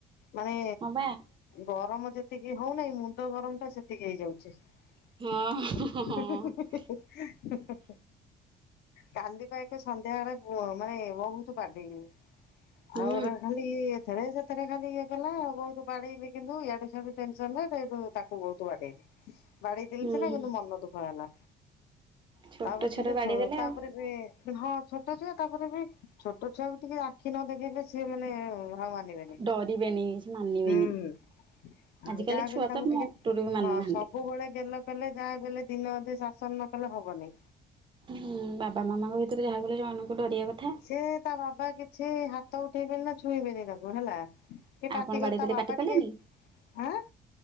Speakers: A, on the left (about 70°); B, on the right (about 30°).
A: ମାନେ
B: ହଁ ବା
A: ଗରମ ଯେତିକି ହଉନାହିଁ ମୁଣ୍ଡ ଗରମ ଟା ସେତିକି ହେଇଯାଉଚି। ହିଁ
B: ହଁ ହଁ ହଁ
A: ହିଁ ହିଁ ହିଁ ହିଁ ହୁଁ ହୁଁ ହୁଁ। କାଲି ପା ଏକେ ସନ୍ଧ୍ୟା ବେଳେ ମାନେ ବହୁତ ବାଡେଇଲି।
B: ହୁଁ
A: ଆଉ ରହିଲେ ଏଥେରେ ସେଥେରେ ଖାଲି ଇଏ କଲା ବହୁତ ବାଡେଇଲି କିନ୍ତୁ ଇଆଡୁ ସିଆଡୁ ଟେନସନ ସେଠୁ ତାକୁ ବହୁତ ବାଡେଇଲି। ବାଡେଇଥିଲି
B: ହୁଁ
A: ସିନା
B: ହୁଁ
A: କିନ୍ତୁ ମନ ଦୁଃଖ ହେଲା।
B: ଛୋଟ
A: ତା ପଛରେ
B: ଛୁଆଟାକୁ ବାଡେଇ
A: ଛ
B: ଦେଲେ
A: ତାପରେ
B: ଆଉ
A: ବି ହଁ ଛୋଟ ଛୁଆ ତାପରେ ବି ଛୋଟ ଛୁଆକୁ ଟିକେ ଆଖି ନ ଦେଖେଇଲେ ସିଏ ମାନେ ଆଉ ମାନିବେନି
B: ଡରିବେନି କିଛି ମାନିବେନି
A: ହୁଁ। ଆଉ
B: ଆଜିକାଲି
A: ଯାହା
B: ଛୁଆ
A: ବଲେ ତାଙ୍କୁ
B: ତ
A: ଟିକେ
B: ମୋଟରୁ ବି ମାନୁନାହାନ୍ତି
A: ହଁ ସବୁବେଳେ ଗେଲ କଲେ ଯାହା ବଲେ ଦିନ ଅଧେ ଶାସନ ନ କଲେ ହବନି।
B: ହୁଁ ବାବା ମାମାଙ୍କ ଭିତରେ ଯାହା କହିଲେ ଜଣଙ୍କୁ ଡରିବା କଥା।
A: ସେ ତା ବାବା କିଛି ହାତ ଉଠେଇବେନି ନା ଛୁଇଁବେନି ତାକୁ ହେଲା। କି ପାଟି
B: ଆପଣ
A: କରି
B: ବାଡେଇ
A: ତା
B: ଦେଲେ
A: ବାବା
B: ପାଟି କଲେନି
A: ଟିକେ ଆଁ